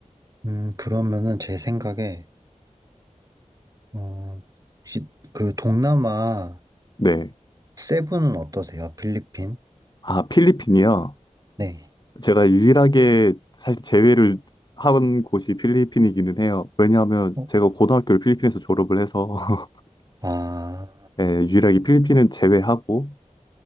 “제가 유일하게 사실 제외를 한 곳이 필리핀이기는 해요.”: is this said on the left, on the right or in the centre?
Left